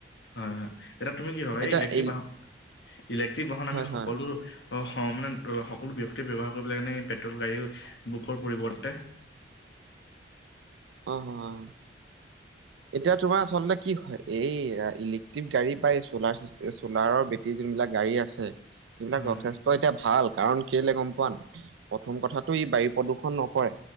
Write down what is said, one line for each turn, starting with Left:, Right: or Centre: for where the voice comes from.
Left: হয় হয়। এতিয়া তুমি কি ভাবা
Right: এতিয়া
Left: এই ইলেক্ট্ৰিক
Right: ইল
Left: বাহন- ইলেক্ট্ৰিক বাহন আমি
Right: হয়
Left: সকলো
Right: হয়
Left: অ', সমানে সকলো ব্যক্তিয়ে ব্যৱহাৰ কৰিব লাগেনে পেট্ৰল গাড়ী বুকৰ পৰিৱৰ্তে?
Right: অ', হয়', হয়,। এতিয়া, তোমাৰ আচলতে কি হয়, এই ইলেক্ট্ৰিক গাড়ী বা এই চলাৰ চিষ্টে চলাৰৰ বেট বাকি যোনবিলাক গাড়ী আছে সেইবিলাক
Left: হয়
Right: যথেষ্ট এতিয়া ভাল, কাৰণ কেলে গম পোৱা নাই? প্ৰথম কথাটো ই বায়ু প্ৰদূষণ নকৰে।